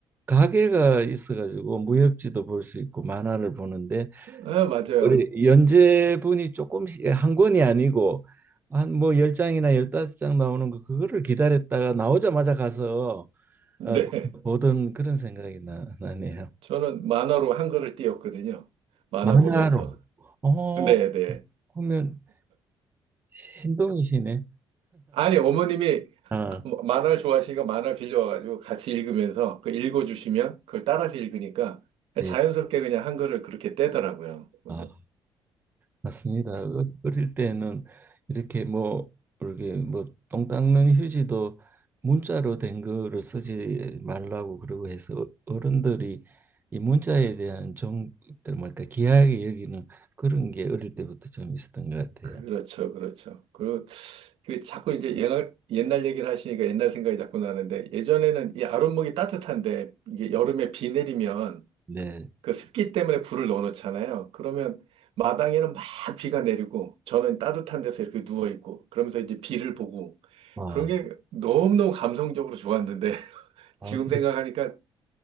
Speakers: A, on the right (about 20°); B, on the right (about 75°).
A: 가게가 있어가지고 무협지도 볼 수 있고 만화를 보는데
B: 아, 맞아요.
A: 우리 연재분이 조금씩 예, 한 권이 아니고 한 뭐 열장이나 열다섯 장 나오는 거 그거를 기다렸다가 나오자마자 가서
B: 네.
A: 어, 보던 그런 생각이 나, 나네요.
B: 저는 만화로 한글을 띄웠거든요. 만화
A: 만화로.
B: 보면서.
A: 어,
B: 네, 네.
A: 그러면 신동이시네.
B: 아니, 어머님이
A: 아,
B: 만화를 좋아하시니까 만화를 빌려와가지고 같이 읽으면서 그 읽어주시면 그걸 따라서 읽으니까
A: 예.
B: 자연스럽게 그냥 한글을 그렇게 떼더라고요. 그래서
A: 아. 맞습니다. 어- 어릴 때는 이렇게 뭐 이렇게 뭐 똥 닦는 휴지도 문자로 된 거를 쓰지 말라고 그러고 해서 어, 어른들이 이 문자에 대한 좀 뭐랄까 귀하게 여기는 그런 게 어릴 때부터 좀 있었던 것 같아요.
B: 그렇죠, 그렇죠. 그리고 그 자꾸 이제 옛날, 옛날 얘기를 하시니까 옛날 생각이 자꾸 나는데 예전에는 이 아랫목이 따뜻한데 이게 여름에 비 내리면
A: 네.
B: 그 습기 때문에 불을 넣어놓잖아요. 그러면 마당에는 막 비가 내리고 저는 따뜻한 데서 이렇게 누워 있고 그러면서 이제 비를 보고
A: 아,
B: 그런 게 너무너무 감성적으로 좋았는데 <laughs> 지금
A: 아 그
B: 생각하니까